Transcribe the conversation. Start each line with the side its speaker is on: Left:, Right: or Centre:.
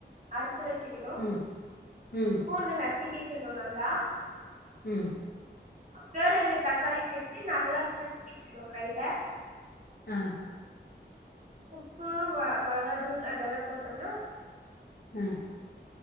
Right: அர றுத்து வச்சுக்கணும்
Left: ம் ம்.
Right: பூண்டு நசிக்கிக்கணும் நல்லா
Left: ம்
Right: அப்பறோ ரெண்டு தக்காளி சேத்து நல்லா பிசிக்கிக்கணும் கையில
Left: ஆ,
Right: உப்பு மொ மொளகாதூள் அதுெல்லாம் போட்டோனா
Left: ம்